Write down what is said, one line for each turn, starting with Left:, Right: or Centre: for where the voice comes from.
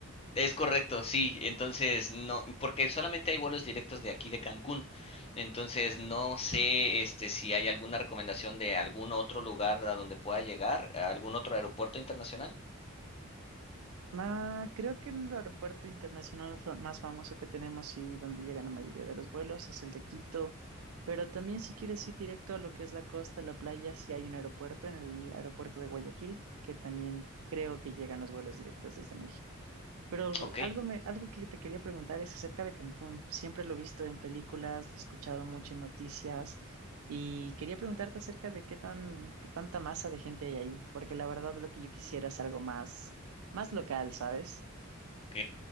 Left: es correcto, sí. Entonces, no, porque solamente hay vuelos directos de aquí de Cancún. Entonces, no sé, este, si hay alguna recomendación de algún otro lugar a donde pueda llegar, a algún otro aeropuerto internacional.
Right: Ah, creo que el aeropuerto internacional fa- más famoso que tenemos y donde llegan la mayoría de los vuelos es el de Quito, pero también si quieres ir directo a lo que es la costa, la playa, sí hay un aeropuerto en el aeropuerto de Guayaquil, que también creo que llegan los vuelos directos desde México. Pero
Left: Ok.
Right: algo, me, algo que te quería preguntar es acerca de Cancún. Siempre lo he visto en películas, lo he escuchado mucho en noticias y quería preguntarte acerca de qué tan, qué tanta masa de gente hay ahí, porque la verdad lo que yo quisiera es algo más más local, ¿sabes?
Left: Ok,